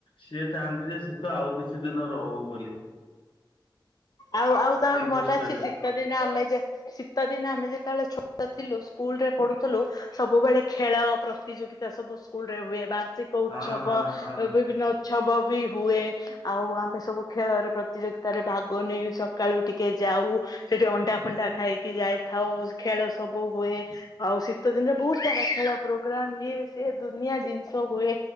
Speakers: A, on the left; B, on the left.
A: ସିଏ ଚାହାନ୍ତି ଯେ ଶୀତ ଆଉ କିଛି କିଛି ଦିନ ରହୁ ବୋଲି
B: ଆଉ ଆଉ
A: ସେଇ
B: ତମକୁ ମତେ
A: ପୃଷ୍ଠରେ
B: ଅଛି ଶୀତ ଦିନ ଆମେ ଯେ ଶୀତ ଦିନ ଆମେ ଯେତେବେଳେ ଛୋଟ ଥିଲୁ ସ୍କୁଲ ରେ ପଢୁଥିଲୁ ସବୁବେଳେ ଖେଳ ପ୍ରତିଯୋଗିତା ସବୁ ସ୍କୁଲ ରେ ହୁଏ ବା ମାସିକ ଉତ୍ସବ
A: ହଁ ହଁ ହଁ
B: ବିଭିନ୍ନ ଉଛବ ବି ହୁଏ ଆଉ ଆମେ ସବୁ ଖେଳରେ ପ୍ରତିଯୋଗିତାରେ ଭାଗ ଗନେ ବି ସକାଳୁ ଟିକେ ଯାଉ ସେଠି ଅଣ୍ଡା ଫଣ୍ଡା ଖାଇକି ଯାଇ ଆଉ ଖେଳ ସବୁ ହୁଏ ଆଉ ଶୀତ ଦିନରେ ବହୁତ ସାରା ଖେଳ ପ୍ରୋଗ୍ରାମ ଇଏ ସେ ଦୁନିଆ ଜିନିଷ ହୁଏ